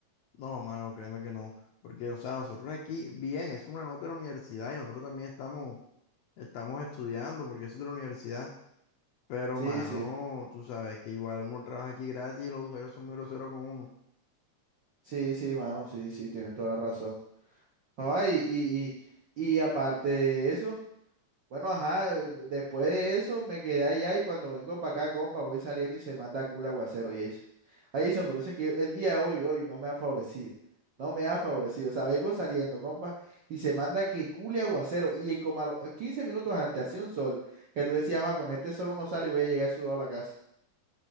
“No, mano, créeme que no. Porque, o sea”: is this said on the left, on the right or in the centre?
Left